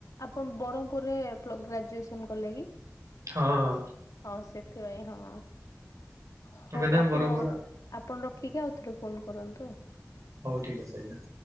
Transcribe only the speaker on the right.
ହଁ
ତମେ ଏଇନା
ବ୍ରହ୍ମପୁର
ହଉ ଠିକ୍ ଅଛି ଆଜ୍ଞା